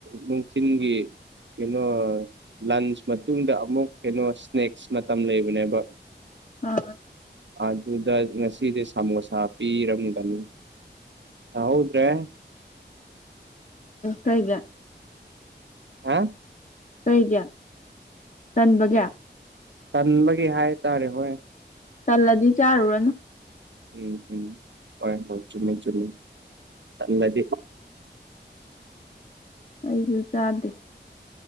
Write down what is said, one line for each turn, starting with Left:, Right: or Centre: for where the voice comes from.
Right: ꯅꯨꯡꯊꯤꯟꯒꯤ ꯀꯩꯅꯣ ꯂꯟꯁ ꯃꯇꯨꯡꯗ ꯑꯃꯨꯛ ꯀꯩꯅꯣ ꯁꯅꯦꯛꯁ ꯃꯇꯝ ꯂꯩꯕꯅꯦꯕ
Left: ꯑꯥ
Right: ꯑꯗꯨꯗ ꯉꯁꯤꯗꯤ ꯁꯃꯣꯁꯥ ꯄꯤꯔꯝꯒꯅꯤ ꯇꯥꯍꯧꯎꯗ꯭ꯔꯦ
Left: ꯀꯩ
Right: ꯍꯥ
Left: ꯀꯩꯒꯤ ꯆꯟꯕꯒꯦ
Right: ꯆꯟꯕꯒꯤ ꯍꯥꯏꯇꯥꯔꯦ ꯍꯣꯏ
Left: ꯆꯜꯂꯗꯤ ꯆꯥꯔꯨꯔꯅꯨ
Right: ꯎꯝ ꯎꯝ ꯍ ꯆꯨꯝꯃꯤ ꯆꯨꯝꯃꯤ ꯅꯗꯤ
Left: ꯑꯩꯁꯨ ꯆꯥꯗꯦ